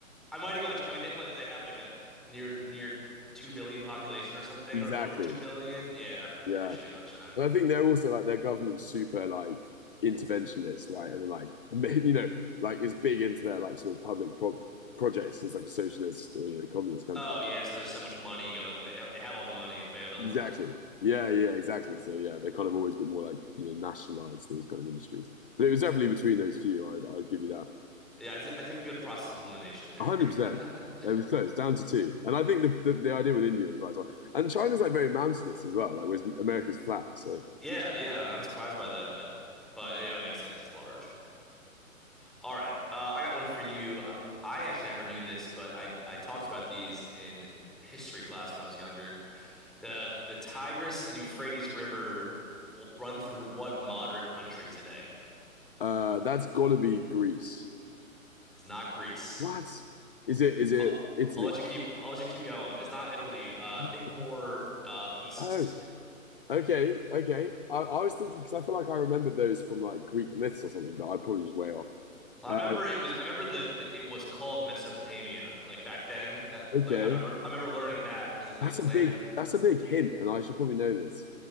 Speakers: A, in the centre; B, on the left.
A: I might have gone. I mean, they, what they have like a near near 2 billion population or something
B: exactly.
A: or over 2 billion? Yeah. Okay,
B: Yeah.
A: I should have gone China.
B: And I think they're also like their government's super like interventionist, right? And like, <laughs> you know, like is big into their like sort of public pro projects. It's like a socialist or, you know, communist country.
A: Oh, yeah, so there's so much money going. They ha- they have all the money available.
B: Exactly.
A: <laughs>
B: Yeah, yeah, exactly. So yeah, they're kind of always a bit more like, you know, nationalized these kind of industries. But it was definitely between those few. I'd, I'd give you that.
A: Yeah, I did, I did a good process of elimination there.
B: one hundred percent.
A: <laughs>
B: It was close, down to two. And I think the, the, the idea with India was right as well. And China's like very mountainous as well, like whereas America's flat. So
A: Yeah, yeah, I'm surprised by that. But, but, yeah, it makes sense. It's large. All right. Uh, I got one for you. I actually never knew this, but I I talked about these in history class when I was younger. The the Tigris and Euphrates River w- run through what modern country today?
B: uh that's gotta be Greece.
A: It's not Greece.
B: What? Is it is it
A: I'll,
B: Italy?
A: I'll let you keep I'll let you keep going. It's not Italy. Uh,
B: Oh,
A: think
B: my God.
A: more uh, east.
B: Oh, okay, okay. I, I was thinking because I feel like I remembered those from like Greek myths or something, but I'm probably just way off.
A: I
B: Uh,
A: remember it was I remember the, the it was called Mesopotamia like back then. That
B: okay,
A: like I remember I remember learning that because it's like
B: that's
A: the
B: a
A: land,
B: big
A: but
B: that's a big hint, and I should probably know this.